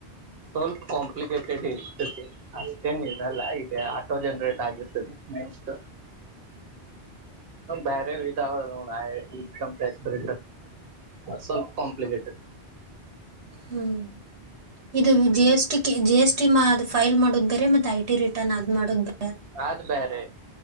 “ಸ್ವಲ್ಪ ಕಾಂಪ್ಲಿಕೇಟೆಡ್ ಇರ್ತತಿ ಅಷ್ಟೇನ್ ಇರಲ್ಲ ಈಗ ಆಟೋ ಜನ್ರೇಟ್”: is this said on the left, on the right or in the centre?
Right